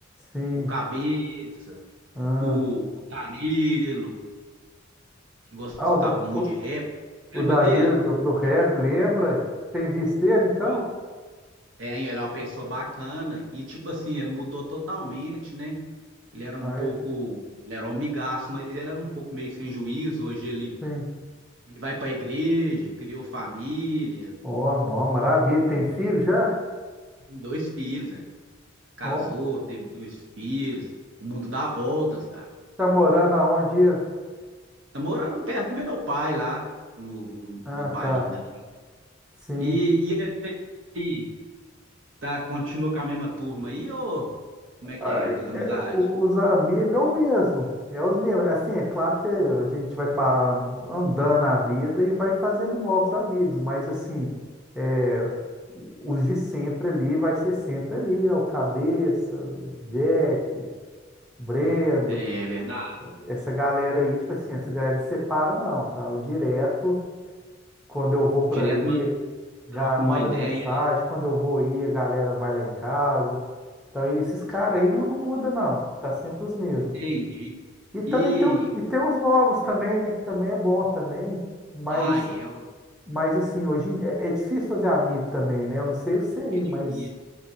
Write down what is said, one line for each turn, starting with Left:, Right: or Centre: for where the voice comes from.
Centre: Sim.
Right: com o Cabeça,
Centre: Ah,
Right: com, o com o Danilo, que gostava
Centre: Ah, o, Da-
Right: muito
Centre: o,
Right: de rap. Lembra
Centre: o Danilo
Right: dele?
Centre: do, do rap, lembra? Tem visto ele, então?
Right: Oi. É, ele é uma pessoa bacana. E, tipo assim, ele mudou totalmente, né? Ele era
Centre: Ah,
Right: um pouco.
Centre: é?
Right: Ele era um amigaço, mas ele era um pouco meio sem juízo. Hoje ele,
Centre: Sim.
Right: ele vai pra igreja, criou família,
Centre: Ó, nó, maravilha. Tem filho já?
Right: tem dois filhos, né? Casou,
Centre: Ó,
Right: teve dois filhos. O mundo dá voltas, cara.
Centre: tá morando aonde?
Right: Tá morando perto do meu pai lá, no, no,
Centre: Ah,
Right: no bairro
Centre: tá.
Right: Ingá.
Centre: Sim.
Right: E, e aí, tá, continua com a mesma turma aí, ou como é que
Centre: Ah,
Right: é
Centre: é-
Right: as amizades?
Centre: é- é, o- os amigos é o mesmo. É os mesmos. Assim, é claro que a gente vai pa- andando a vida e vai fazendo novos amigos, mas assim, é, os de sempre ali vai ser sempre ali, né? O Cabeça, o Jack, Brendo,
Right: É, é verdade.
Centre: essa galera aí, tipo assim, essa galera não separa não, tá? Eu direto, quando eu vou pra
Right: Direto
Centre: aí,
Right: mano,
Centre: ga-
Right: troca
Centre: manda
Right: uma ideia,
Centre: mensagem,
Right: né?
Centre: quando eu vou ir, a galera vai lá em casa. Então, e esses caras aí não, não muda, não. Tá sempre os mesmos.
Right: Entendi.
Centre: E também
Right: E,
Centre: tem, um- e tem uns novos também, né? Que também é bom também. Mas,
Right: ah, é, ué,
Centre: mas assim, hoje em- é, é difícil fazer amigo também, né? Eu não sei o CI,
Right: é difícil.
Centre: mas